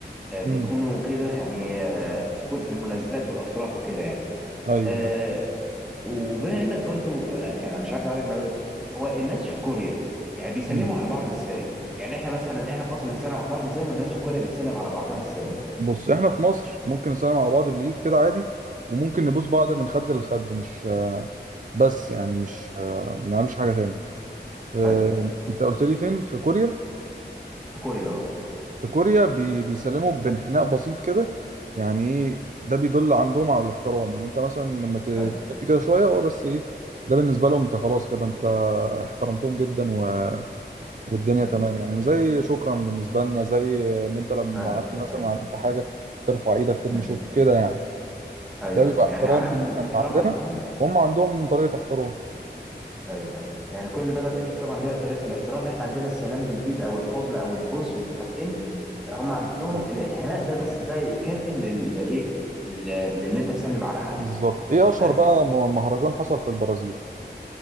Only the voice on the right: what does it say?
أمم
أيوه أيوه
مم.
بص إحنا في مصر ممكن نسلم على بعض بالإيد كده عادي وممكن نبوس بعض من خد لخد مش آه، بس يعني
مش آه، ما بنعملش حاجة تاني آه،
أنت قلت لي فين في كوريا؟
في كوريا بي بيسلموا بانحناء بسيط كده يعني ايه
ده بيدل عندهم على الاحترام يعني انت مثلا لما
تحط كده شويه هو بس ايه ده بالنسبه لهم انت خلاص كده انت احترمتهم جدا و... والدنيا
تمام يعني زي شكرا بالنسبه لنا زي ان انت لما
عدي مثلا
عملت حاجه ترفع ايدك ترمي
شوك كده يعني
ده بيبقى
احترام
من
من عندنا
وهم عندهم
طريقه احترام
اه
بالظبط ايه
اشهر بقى م- مهرجان حصل في البرازيل